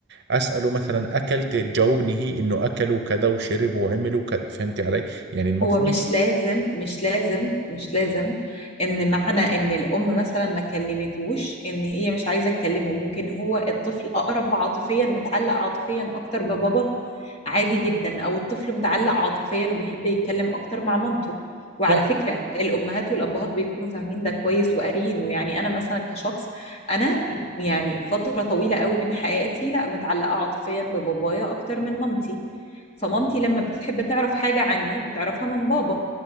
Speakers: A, on the right; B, on the left.
A: أسأله مثلا أكلت تجاوبني هي إنه أكلوا كذا وشربوا وعملوا كذا فهمتي علي يعني المفروض
B: هو مش لازم مش لازم مش لازم ان معنى ان الام مثلا ما كلمتوش ان هي مش عايزه تكلمه ممكن هو الطفل اقرب عاطفيا متعلق عاطفيا اكتر ببابا عادي جدا او الطفل متعلق عاطفيا وبيحب يتكلم اكتر مع مامته وعلى
A: صح
B: فكره الامهات والابهات بيكونوا فاهمين ده كويس وقاريينه يعني انا مثلا كشخص انا يعني فتره طويله قوي من حياتي لا متعلقه عاطفيا ببابايا اكتر من مامتي فمامتي لما بتحب تعرف حاجة عني بتعرفها من بابا